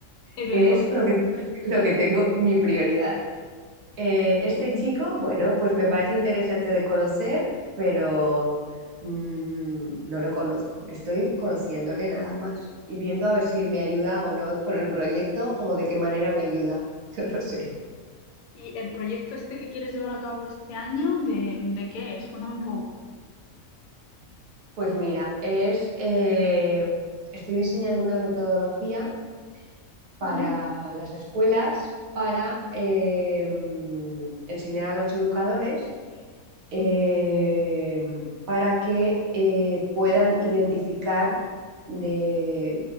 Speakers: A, on the left; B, on the right.
A: Es
B: que
A: verdad.
B: es lo que, <laughs> lo que tengo, mi prioridad. Eh, este
A: ¿Y,
B: chico, bueno, pues me parece interesante de conocer, pero mm, no lo conozco. Estoy conociéndole nada más y viendo a ver si me ayuda o no con el proyecto o de qué manera me ayuda. <laughs> No lo sé.
A: y el proyecto este que quieres llevar a cabo este año, de, de qué es? Cuéntame un poco.
B: Pues mira, es, eh, estoy diseñando una metodología para
A: Ujú.
B: las escuelas para eh, enseñar a los educadores eh,
A: Sí.
B: para que eh, puedan identificar de,